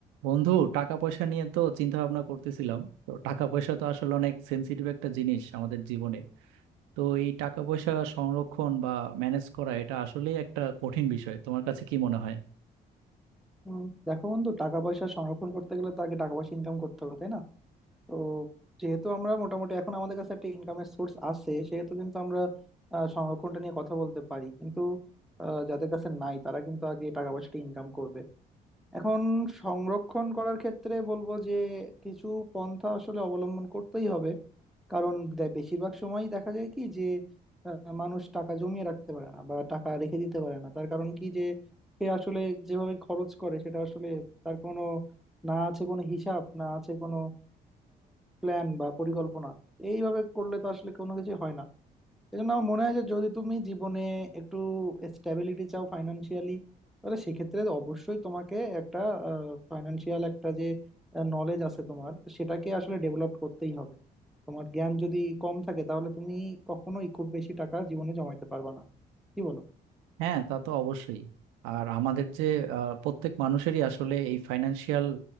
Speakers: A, on the right (about 85°); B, in the centre.
A: বন্ধু টাকা পয়সা নিয়ে তো চিন্তা ভাবনা করতেছিলাম তো টাকা পয়সা তো আসলে অনেক সেন্সিটিভ একটা জিনিস আমাদের জীবনে তো এই টাকা পয়সা সংরক্ষণ বা ম্যানেজ করা এটা আসলেই একটা কঠিন বিষয় তোমার কাছে কি মনে হয়
B: উম, দেখো বন্ধু টাকা পয়সা সংরক্ষণ করতে গেলে তো আগে টাকা পয়সা ইনকাম করতে হবে তাই না তো যেহেতু আমরা মোটামুটি এখন আমাদের কাছে একটা ইনকামের সোর্স আছে সেহেতু কিন্তু আমরা আহ, সংরক্ষণটা নিয়ে কথা বলতে পারি কিন্তু আহ, যাদের কাছে নাই তারা কিন্তু আগে টাকা পয়সাটা ইনকাম করবে এখন সংরক্ষণ করার ক্ষেত্রে বলবো যে কিছু পন্থা আসলে অবলম্বন করতেই হবে কারণ দে- বেশিরভাগ সময়ই দেখা যায় কি যে আহ, মানুষ টাকা জমিয়ে রাখতে পারে না বা টাকা রেখে দিতে পারে না তার কারণ কি যে সে আসলে যেভাবে খরচ করে সেটা আসলে তার কোনো না আছে কোনো হিসাব না আছে কোনো প্ল্যান বা পরিকল্পনা এইভাবে করলে তো আসলে কোনো কিছু হয় না এই জন্য আমার মনে হয় যে যদি তুমি জীবনে একটু স্ট্যাবিলিটি চাও ফাইনান্সিয়ালি তাহলে সেক্ষেত্রে অবশ্যই তোমাকে একটা ফাইনান্সিয়াল একটা যে নলেজ আছে তোমার সেটাকে আসলে ডেভেলপ করতেই হবে তোমার জ্ঞান যদি কম থাকে তাহলে তুমি কখনোই খুব বেশি টাকা জীবনে জমাইতে পারবা না কি বলো
A: হ্যাঁ তা তো অবশ্যই আর আমাদের যে আহ, প্রত্যেক মানুষেরই আসলে এই ফাইন্যান্সিয়াল